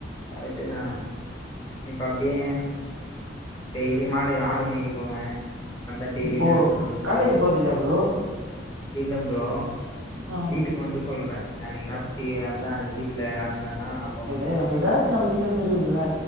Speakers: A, on the left (about 20°); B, on the right (about 80°).
A: கரெட் தா இப்ப அப்டியே டெய்லி மாடு ஆடு மேய்க போவே அதா டெய்லினா
B: ஓ
A: எப்டி சொல்றது
B: காலேஜ் போறதில்லையா ப்ரோ
A: ப்டி இல்ல ப்ரோ
B: ஆ
A: வீட்டுக் வன்ட்டு சொல்றே என்னைக்கீனா பிரீயா இருந்தா வீட்டுல யாருல்லைன்னா நா போவே
B: எ நம்ம எதாது ச்ச நம்ம கிட்டனு இருக்குமுல